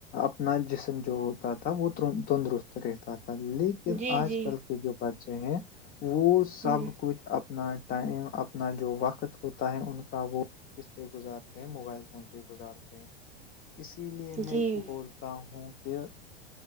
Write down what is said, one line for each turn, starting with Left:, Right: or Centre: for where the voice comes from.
Left: اپنا جسم جو ہوتا تھا وہ تندرست رہتا تھا لیکن
Right: جی
Left: آج
Right: جی
Left: کل کے جو بچے ہیں وہ سب
Right: ہوں
Left: کچھ اپنا ٹائم اپنا جو وقت ہوتا ہے ان کا وہ کس پہ گزارتے ہیں موبائل فون پہ گزارتے ہیں اسی لیے میں
Right: جی
Left: بول تا ہوں کہ